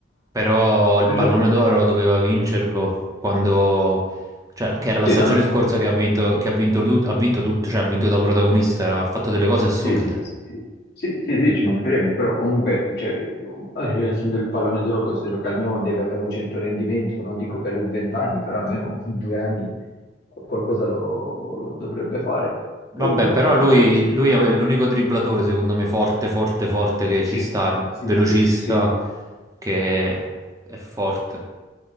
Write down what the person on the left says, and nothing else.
Però
è dalla-
Sì,
l'anno scorso
ovviamente.
Sì, sì, sì, sì, sì, sì. Sì, sì, sì, ci mancherebbe, però comunque, cioè, eh, essendo il pallone d'oro, considero che almeno deve avere un certo rendimento, non dico per 20 anni, però almeno <laughs> due anni qualcosa lo, lo dovrebbe fare. E
dall'altra
parte
acquista.
Sì,
sì,
sì, sì, sì,